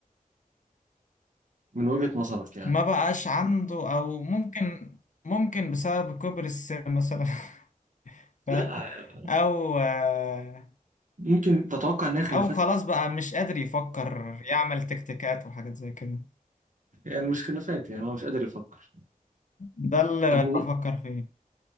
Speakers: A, on the right; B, on the left.
A: من وجهة نظرك يعني
B: ما بقاش عنده او ممكن ممكن بسبب كبر السن مثلا <laughs>
A: لا
B: فاهم او آه،
A: ممكن تتوقع انها خلافات
B: او خلاص بقى مش قادر يفكر يعمل تكتيكات وحاجات زي كده
A: يعني مش خلافات يعني هو مش قادر يفكر
B: ده اللي
A: طب و...
B: بفكر فيه